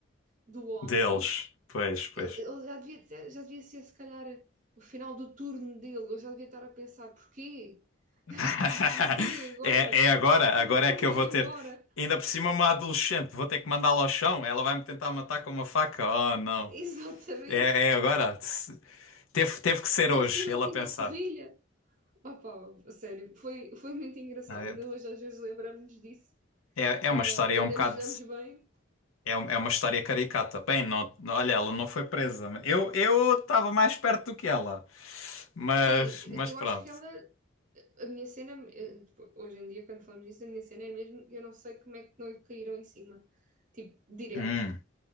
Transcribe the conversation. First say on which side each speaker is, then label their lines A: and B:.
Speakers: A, on the right (about 40°); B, on the left (about 80°).
A: do homem,
B: Deles. Pois, pois.
A: ele, ele já devia, ter- já devia ser, se calhar, o final do turno dele. Ele já devia estar a pensar: porquê?
B: <laughs>
A: <laughs> Porquê agora?
B: É, é agora,
A: Está-me
B: agora
A: quase
B: é que eu
A: a
B: vou
A: ir embora.
B: ter. Ainda por cima, uma adolescente, vou ter que mandá-la ao chão. Ela vai me tentar matar com uma faca. Oh, não.
A: <laughs> Exatamente.
B: É, é agora. Teve, teve que ser
A: Ainda
B: hoje,
A: por cima
B: ele
A: tinha
B: a pensar.
A: serrilha. Opa, a sério, foi, foi muito engraçado.
B: Ah,
A: Ainda hoje às vezes lembramos-nos disso,
B: É, é
A: ah,
B: uma história
A: que ainda
B: um bocado.
A: nos damos bem.
B: É, um- é uma história caricata. Bem, não, não- olha, ela não foi presa. Eu eu estava mais perto do que ela. Mas,
A: Sim,
B: mas
A: eu
B: pronto.
A: acho que ela A minha cena, eh, tipo, hoje em dia, quando falamos disso, a minha cena é mesmo, eu não sei como é que não lhe caíram em cima, tipo, direto.
B: Hum,